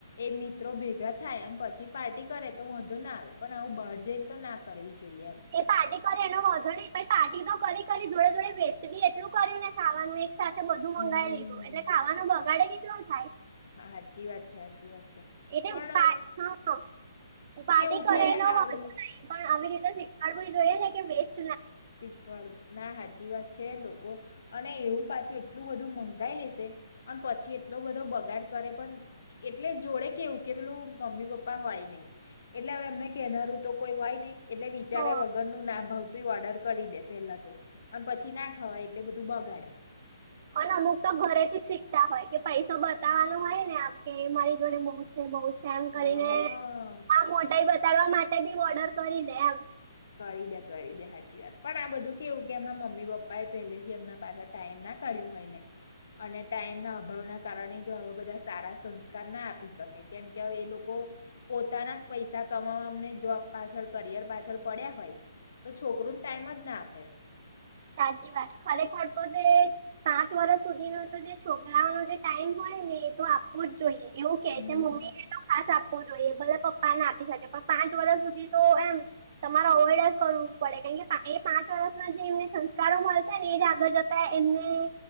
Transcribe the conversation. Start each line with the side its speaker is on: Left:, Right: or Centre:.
Left: એ મિત્રો ભેગા થાય એમ પછી પાર્ટી કરે તો વધુ ના આવે પણ આવું બહાર જઈને તો ના કરવી જોઈએ એમ
Right: એ પાર્ટી કરે એનો વધો નહી પણ પાર્ટી તો કરી કરી જોડે જોડે વેસ્ટ બી એટલું કર્યું ને ખાવાનું એક સાથે બધું
Left: હમ
Right: મંગાવી લીધું એટલે ખાવાનો બગાડે કેટલો થાય
Left: હા હાજી વા છે હાજી વા છે
Right: એટલે
Left: પણ
Right: હ હું પાર્ટી
Left: કેવું
Right: કરેલો
Left: કે આ
Right: વાંધો
Left: બધા
Right: નહી પણ આવી રીતે બ ધરે થ કે વસ્ટ
Left: શીખવાળું ના સાચી વાત છે લોકો અને એવું પાછું એટલું બધું મંગાઈ લેશે પણ પછી એટલો બધો બગાડ કરે પણ એટલે જોડે કેવું કે પેલું મમ્મી પપ્પા હોય નહ એટલે એમને કેહેનારું તો કોઈ હોય નહિ એટલે વિચાર
Right: તો
Left: વગરનુંું ના ભાવ તું ઓર્ડર કરી દે પેલા તો અને પછી ના ખાવાય એટલે બધું બગાડે
Right: અને અમુક તો ઘરેથી શીખતા હોય કે પૈસો બતાવવાનો હોય ને આમ કે મારી જોડે બહુ બહ છે એમ કરીને
Left: હા
Right: આ મોટાઈ બતાડવા માટે બી ઓર્ડર કરી દે એમ
Left: કરી દે કરી દે સાચી વાત પણ આ બધું કેવું કે એમના મમ્મી પપ્પા એ પહેલેથી એમના પાછળ ટાઈમ નાખ કાઢ્યું હોય ને અને ટાઈમ ના અભાવના કારણે જો હવે બધા સારા સંસ્કાર ના આપી શકે કેમ કે હવે એ લોકો પોતાના જ પૈસા કમાવા અમને જોબ પાછળ કરિયર પાછળ પડ્યા હોય તો છોકુંને ટાઈમ જ ના આપે
Right: સાચી વાત ખરેખર તો તે પાંચ વર્ષ સુધીનો તો જે છોકરાઓનોો જે ટાઈમ હોય ને એ તો વું જ જોઈએ એવું કે
Left: હમ
Right: છે મમ્મી તો ખાસ આપવો જોઈએ બ પપ્પા ને આપી શકે પણ પાંચ વર્ષ સુધી તો એમ તમારે અવોઈડ જ કરવું પડે કારણ કે એ પાંચ વર્ષ ના જે એમને સંસ્કારો મળશે ને એ જ આગળ જતા એમને